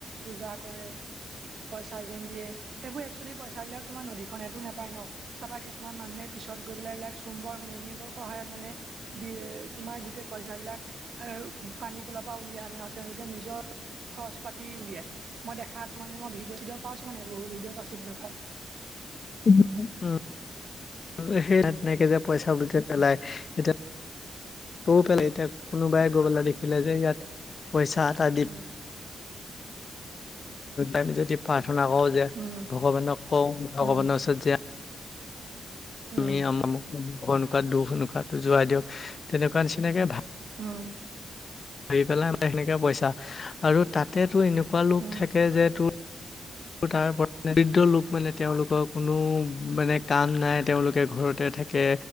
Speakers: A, on the right; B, on the left.
A: পূজা কৰে পইচা যেন দিয়ে সেইবোৰ এক্সোৱেলি পইচাবিলাক তোমাৰ নদীখনেতো নাপায় ন' চাবা কিছু কিছুমান মানুহে পিছত গৈ পেলাই এইবাক চুম্বৰ মেগনেটৰ সহায়ত মানে বি তোমাৰ গোটেই পইচাবিলাক এ, পানীৰ তলৰ পৰা উলিয়াই আনে আৰু তেওঁলোকে নিজৰ খৰচ পাতি উলিয়াই। মই দেখাত মানে মই ভিডি-ভিডঅ' পাইছোঁ, মানে বহুত ভিডিঅ' পাইছোঁ তেনেকুৱাত।
B: উম সেই তাত
A: উম
B: তেনেকে যে পইচা বিলাক পেলায় এতিয়া পেলাই এতিয়া কোনোবাই গৈ পেলাই দেখিলে যে ইয়াত পইচাত <inaudible>
A: উম
B: আমি যদি প্ৰাৰ্থনা কওঁ যে
A: উম
B: ভগৱানক কওঁ, ভগৱানৰ
A: উম
B: ওচৰত যে
A: উম
B: আমি আমোক তামোক ভয় নোখোৱা, দুখ এনেকুৱোটো জোৱাই দিয়ক, তেনেকুৱা নিচিনাকে ভাবি
A: উম।
B: ধৰি পেলাই মানে সেনেকে পইছা, আৰু তাতেতো এনেকুৱা লোক
A: উম,
B: থাকে যে তোৰ আৰু তাৰ ৰিদ্ৰ লোক মানে, তেওঁলোকৰ কোনো কাম নাই, তেওঁলোকে ঘৰতে থাকে।